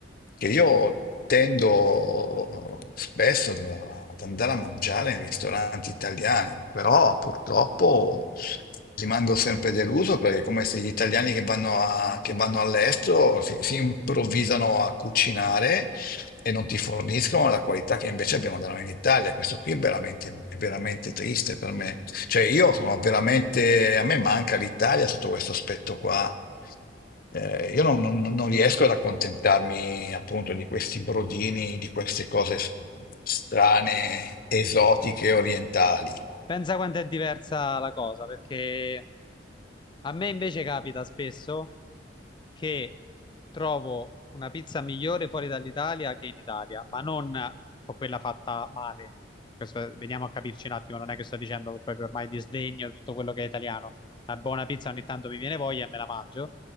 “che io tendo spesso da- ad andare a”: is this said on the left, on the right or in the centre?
Left